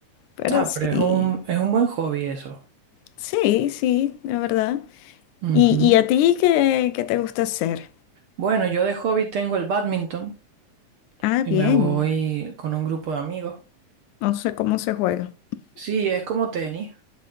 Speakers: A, on the left; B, on the right.
A: pero
B: Ah,
A: sí,
B: pero es un, es un buen hobby eso.
A: sí, sí, la verdad.
B: Ujú.
A: ¿Y, y a ti qué, qué te gusta hacer?
B: Bueno, yo de hobby tengo el badminton
A: Ah,
B: y
A: bien,
B: me voy con un grupo de amigos.
A: no sé cómo se juega.
B: Sí, es como tenis.